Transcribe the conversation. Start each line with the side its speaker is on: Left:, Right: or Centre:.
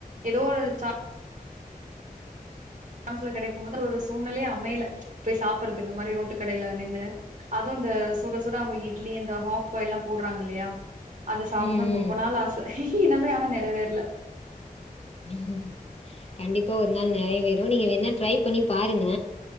Right: ஏதோ ஒரு ச <unintelligible> கெடைக்கும் போது ஒரு சூழ்நிலையே அமையல போய் சாப்பறக்கு இந்த மாரி ரோட்டு கடையில நின்னு அதுவு இந்த சூட சூட அவங்க இட்லி அந்த ஹாஃப் பாயில்லா போடுறாங்கல்லையா அது சாப்பணும்ன்னு
Left: ம் ம்
Right: ரொம்ப நாள் ஆச இனமே ஆனா நெறவேறல
Left: ம் கண்டிப்பா ஒரு நாள் நெறை வேறு நீங்க வேனா ட்ரை பண்ணி பாருங்க